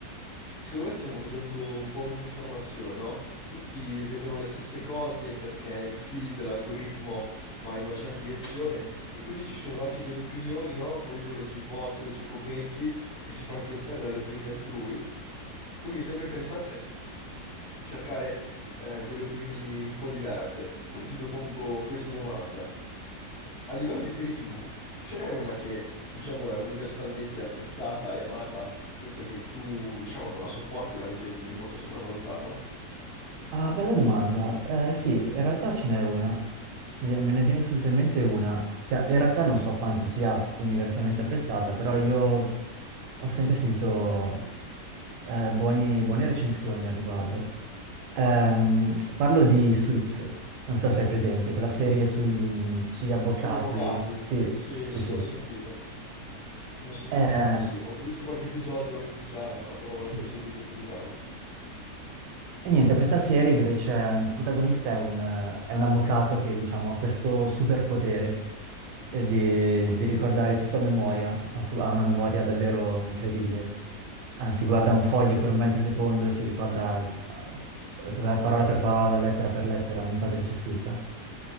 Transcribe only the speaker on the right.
Ah, bella domanda. Eh, sì, in realtà ce n'è una. Me me ne viene subito in mente una. Cioè, in realtà non so quanto sia universalmente apprezzata, però io ho sempre sentito eh, buoni- buone recensioni al riguardo. Ehm, parlo di Suits, non so se è presente, quella serie sui- sugli avvocati.
Sì,
sì,
sì.
Eh,
sì.
E niente, questa serie dove c'è, il protagonista è un, eh, è un avvocato che, diciamo, ha questo superpotere eh, di, di ricordare tutto a memoria, ha co- ha una memoria davvero incredibile. Anzi, guarda un foglio per un mezzo secondo e si ricorda eh, eh, parola per parola, lettera per lettera, ogni cosa che c'è scritta.